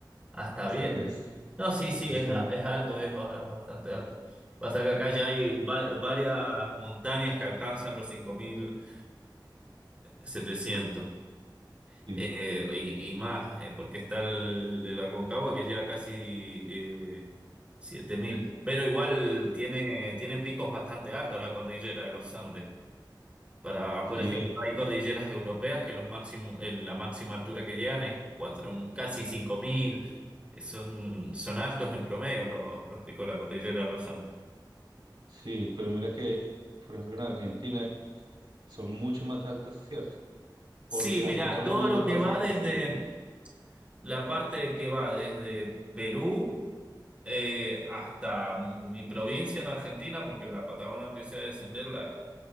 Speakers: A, on the right; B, on the right.
A: Hasta bien.
B: O sea que es...
A: No, sí, sí,
B: ese
A: es,
B: es el-
A: a- es alto, es, ba- es bastante alto. Pasa que acá ya hay va- varias montañas que alcanzan los cinco mil setecientos.
B: sí,
A: Eh, y, y más, eh, porque está el, el Aconcagua que llega casi eh, siete mil Pero igual tiene, tiene picos bastante altos la cordillera de los Andes. Para,
B: sí,
A: por ejemplo,
B: eh,
A: hay cordilleras europeas que los máximo, el- la máxima altura que llegan es cuatro casi 5000. Eh, Son, son altos en promedio los, los picos de la cordillera de los Andes.
B: sí. Pero mira que, por ejemplo, en Argentina son mucho más altas, ¿cierto?
A: Sí,
B: porque aquí
A: mirá,
B: en Colombia
A: todo lo
B: no pasan
A: que va desde
B: de cinco.
A: la parte que va desde Perú. eh, hasta mi provincia en Argentina, porque la Patagonia empieza a descender la,